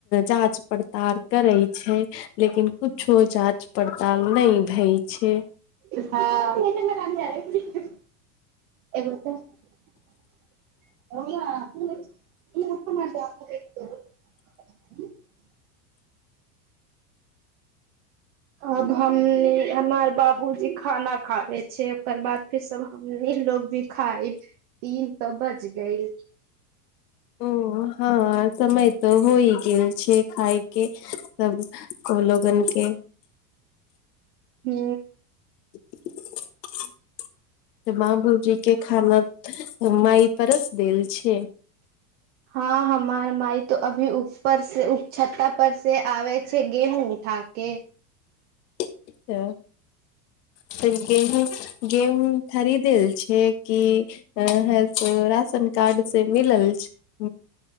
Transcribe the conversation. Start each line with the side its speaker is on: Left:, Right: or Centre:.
Left: जाँच पड़ताल करै छै लेकिन कु कुछो जाँच पड़ताल नहि भय छै
Right: हँ एगो त <unintelligible> <unintelligible> आब हमनी हमार बाबूजी खाना खाबे छै ओकर बाद फिर सब हमनी लोग भी खाइ तीन तऽ बज गइल
Left: <inaudible> ओ हँ समय तऽ होइ गेल छै खाय के सब को लोग गन के
Right: हू
Left: <unintelligible> बाबूजी के खाना माइ परस देल छै
Right: हँ हमार माय त अभी उपर से उ छ्ता पर से आबै छै गेहूँ उठाके
Left: अच्छा त गेहुँ गेहुँ‌ खरीदल छै कि है से राशन कार्ड से मिलल छै